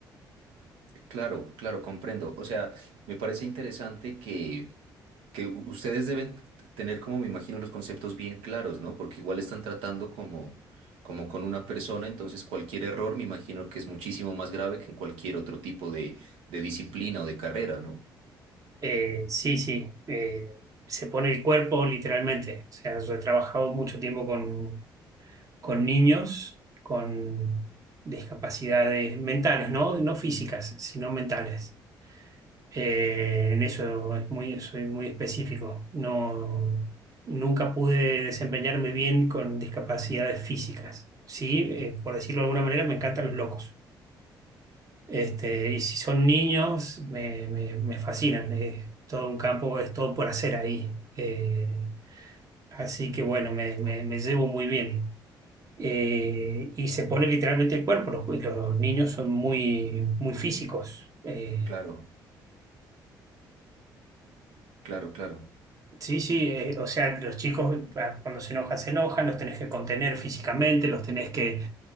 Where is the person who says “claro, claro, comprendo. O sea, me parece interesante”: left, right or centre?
Right